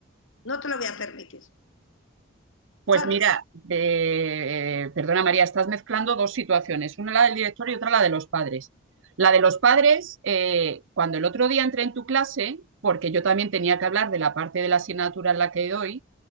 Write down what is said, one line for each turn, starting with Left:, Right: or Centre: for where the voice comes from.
Left: No te lo voy a permitir,
Right: Pues
Left: ¿sabes?
Right: mira, eh, perdona María, estás mezclando dos situaciones, una la del director y otra la de los padres. La de los padres, eh, cuando el otro día entré en tu clase, porque yo también tenía que hablar de la parte de la asignatura en la que doy,